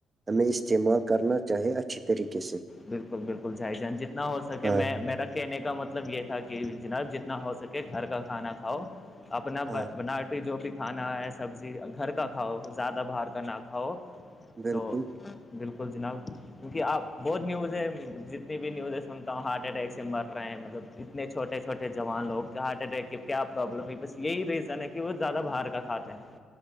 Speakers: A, on the right; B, on the left.
A: ہمیں استعمال کرنا چاہی اچھی طریقے سے
B: بالکل بالکل جھائی جان جتنا ہو سکے
A: ہاں
B: میں میرا کہنے کا مطلب یہ تھا کہ جناب جتنا ہو سکے گھر کا کھانا کھاؤ اپنا
A: ہاں
B: بناٹی جو بھی کھانا ہے سبزی گھر کا کھاؤ زیادہ باہر کا نہ ک
A: بالکل
B: تو بالکل جناب کیونکہ آپ بہت نیوز ہیں جتنی بھی نیوزیں سنتا ہوں ہارٹ اٹیک سے مر رہے ہیں مطلب اتنے چھوٹے چھوٹے جوان لوگ ہارٹ اٹیک ہے کیا پرابلم ہے بس یہی ریزن ہے کہ وہ زیادہ باہر کا کھاتے ہیں